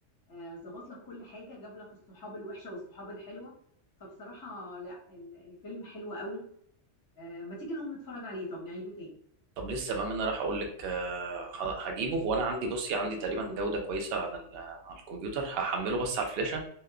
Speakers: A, on the left; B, on the right.
A: آه، ظبط لك كل حاجه جاب لك الصحاب الوحشه والصحاب الحلوه فبصراحه لا ال- الفيلم حلو قوي آه، ما تيجي نقوم نتفرج عليه طب نعيده تاني
B: طب لسه بقى ما انا راح اقول لك آه، ه- هجيبه وانا عندي بصي عندي تقريبا جودة كويسة على ال- على الكمبيوتر هحمله بس على الفلاشة